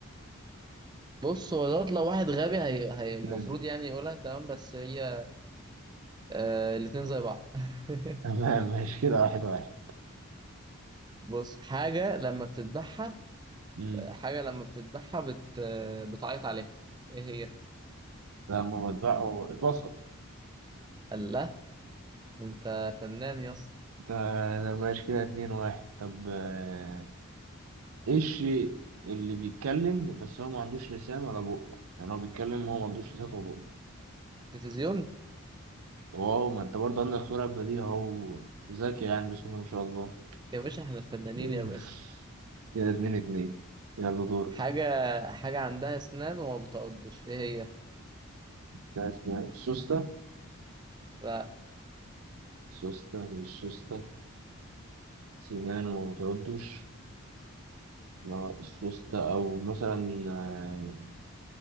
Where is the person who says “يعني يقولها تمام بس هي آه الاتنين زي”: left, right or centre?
Right